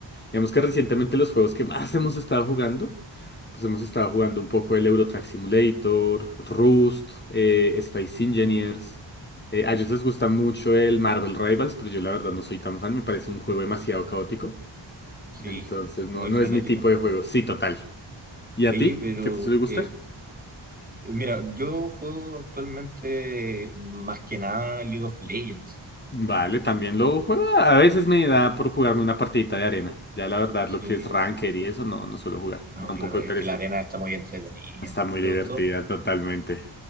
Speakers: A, on the left; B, on the right.
A: Digamos que
B: Ujú.
A: recientemente los juegos que más hemos estado jugando, pues hemos estado jugando un poco el Euro Truck Simulator, Rust, eh, Space Engineers. Eh, a
B: Ya,
A: ellos les gusta mucho el Marvel Rivals, pero yo la verdad no soy tan fan, me parece un juego demasiado caótico.
B: Sí,
A: Entonces, no,
B: muy
A: no
B: frenético.
A: es mi tipo de juego. Sí, total. ¿Y a
B: Oye,
A: ti?
B: pero
A: ¿Qué te suele gustar?
B: eh, mira, yo juego actualmente más que nada League of Legends.
A: Vale, también lo juego. A veces me da por jugarme una partidita de arena. Ya la verdad,
B: Sí,
A: lo que es Ranker y eso, no, no suelo jugar.
B: no,
A: Me da un
B: claro,
A: poco de
B: es
A: pereza.
B: que la arena está muy entretenida.
A: Está muy
B: ¿Te
A: divertida,
B: gustó?
A: totalmente.